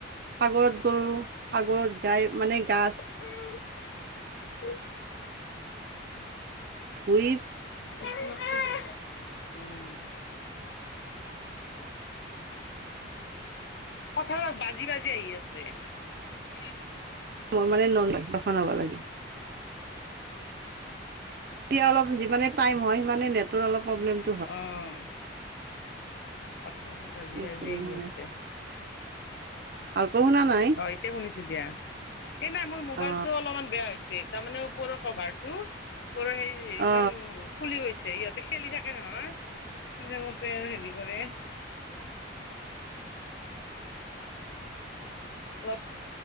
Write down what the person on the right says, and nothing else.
সাগৰত গৰু' সাগৰত গাই মানে গাছ
শুইপ।
মই মানে নন দখা ল'ব লাগে। তেতিয়া অলপ যিমানে টাইম হয় সিমানে নেটৰ অলপ প্ৰব্লেম হয়্
সেইটো
কাৰণে
আল্প শুনা নাই।
অ
অ